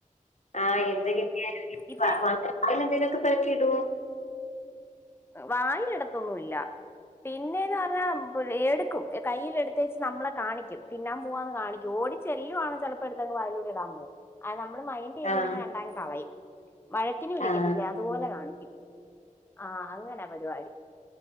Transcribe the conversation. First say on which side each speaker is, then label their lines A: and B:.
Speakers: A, on the left; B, on the left.
A: ആഹ് എന്ത് കിട്ടയാലും
B: ഇപ്പൊ
A: പറക്കി വായിലിടും എന്തെങ്കിലൊക്കെ പറക്കി ഇടുവോ.
B: വായിലിടത്തൊന്നുല്ല. പിന്നേന്ന് പറഞ്ഞാ എടുക്കും കയ്യിൽ എടുത്തേച്ച് നമ്മളെ കാണിക്കും തിന്നാ പോവാന്ന് കാണിക്കും ഓടി ചെ ചെല്ലുവാണെ ചെലപ്പോ എടുത്തങ്ങ് വായിലൂടെ ഇടാൻ പോവും ആഹ് നമ്മള് മൈ ന്റീയുന്നില്ലെന്ന്
A: ആഹ്
B: കണ്ടാ കളയും വഴക്കിന് വിളിക്കത്തില്ലേ
A: ആഹ്
B: അതുപോലെ കാണിക്കും. ആഹ് അങ്ങനാ പരിവാടി.